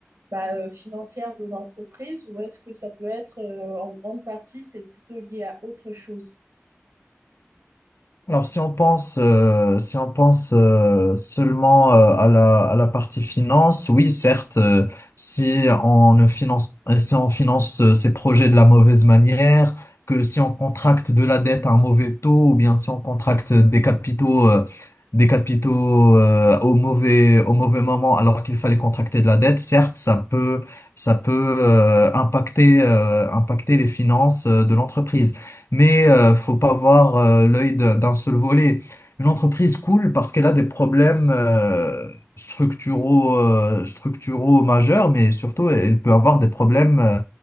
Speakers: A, on the right; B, on the left.
A: bah, euh, financière de l'entreprise, ou est-ce que ça peut être euh, en grande partie, c'est plutôt lié à autre chose?
B: Alors, si on pense, euh, si on pense euh, seulement euh, à la, à la partie finance, oui, certes, euh, si on ne finance, euh, si on finance euh, ces projets de la mauvaise manière, que si on contracte de la dette à un mauvais taux, ou bien si on contracte des capitaux, euh, des capitaux euh, au mauvais, au mauvais moment, alors qu'il fallait contracter de la dette, certes, ça peut, ça peut euh, impacter, euh, impacter les finances euh, de l'entreprise mais euh, faut pas voir euh, l'œil d'un d'un seul volet. Une entreprise cool parce qu'elle a des problèmes euh, structuraux, euh, structuraux majeurs, mais surtout elle peut avoir des problèmes euh,